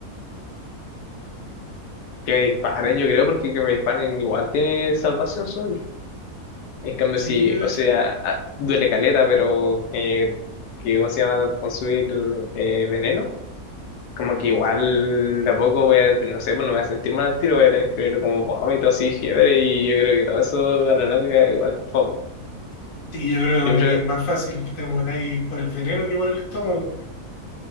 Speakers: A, on the left (about 85°); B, on the left (about 45°).
A: Que me disparen, yo creo, porque que me disparen igual tiene salvación, según yo. En cambio,
B: Sí,
A: sí,
B: yo,
A: o sea, ah, duele caleta, pero eh, que, ¿cómo se llama? Consumir eh, veneno como que igual de a poco voy a, no sé, pues no me voy a sentir mal al tiro, voy a tener primero como vómito así, fiebre, y yo creo que todo eso a la larga igual fome.
B: sí, yo creo que como
A: Yo prefiero,
B: que es más fácil que te mueras ahí por el veneno que por el estómago.